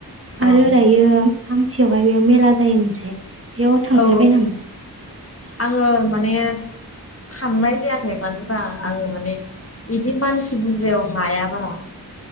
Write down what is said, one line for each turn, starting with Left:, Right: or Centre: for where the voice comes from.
Right: आरो
Left: औ
Right: दायो आमथियावहाय बेयाव मेला जायो मोनसे। बेयाव थांफेरबाय
Left: औ औ
Right: नामा?
Left: आङो माने थांनाय जायाखै मानो बा आङो माने इदि मानसि बुरजायाव हाया बारा।